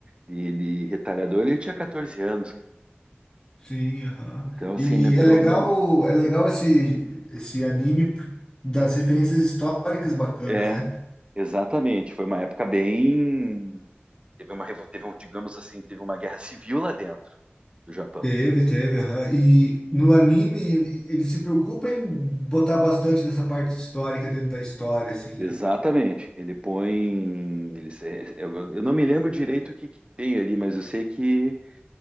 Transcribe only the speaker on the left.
Sim, aham.
E
é legal,
é legal esse, esse anime p- das referências históricas bacanas,
né?
Teve, teve, aham. E no anime e- ele se preocupa em botar bastante dessa parte histórica dentro da história, assim,
né?